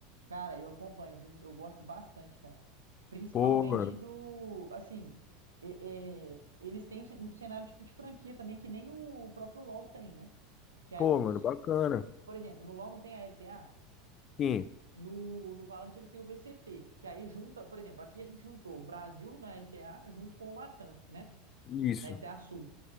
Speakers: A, on the right; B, on the left.
A: Cara, eu acompanho, viu? Eu gosto bastante, cara. Principalmente
B: Pô, mano.
A: do. Assim, é- é, eles têm o cen- um cenário tipo de franquia também, que nem o próprio LoL tem, né? Que aí
B: Pô, mano,
A: os,
B: bacana.
A: Por exemplo, no LoL não tem a LTA,
B: Sim,
A: no, no Valorant eles têm o VCT, que aí junta, por exemplo, aqui a gente juntou o Brasil na LTA junto com o Latam, né?
B: isso.
A: Na LTA Sul.